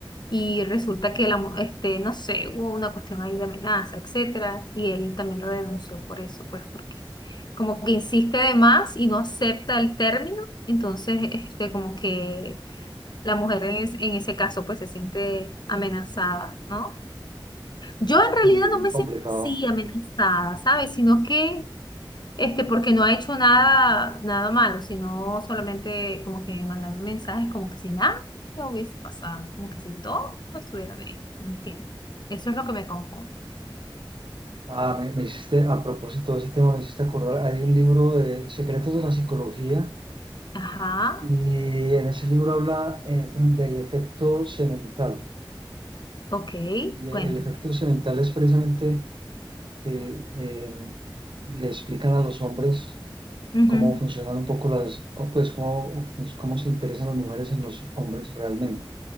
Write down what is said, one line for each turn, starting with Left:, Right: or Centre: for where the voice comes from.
Left: y resulta que la, mu- este, no sé, hubo una cuestión ahí de amenaza, etcétera, y él también lo denunció por eso, pues porque como que insiste de más y no acepta el término, entonces este, como que la mujer en, es- en ese caso pues se siente amenazada, ¿no? Yo en realidad
Right: Sí, muy
Left: no me
Right: complicado.
Left: siento así amenazada, ¿sabes? Sino que este, porque no ha hecho nada, nada malo, sino solamente como que mandar mensajes como que si nada hubiese pasado, como que si todo estuviera bien, no entiendo. Eso es lo que me confunde.
Right: Ah, me, me hiciste, a propósito de ese tema, me hiciste acordar, hay un libro de Secretos de la Psicología
Left: Ajá,
Right: Y en ese libro habla eh, del efecto semental.
Left: ok,
Right: Y
Left: cuéntame.
Right: el efecto semental es precisamente que eh, le explican a los hombres
Left: Ujú,
Right: cómo funcionan un poco las, cómo- pues cómo, cómo se interesan las mujeres en los hombres realmente.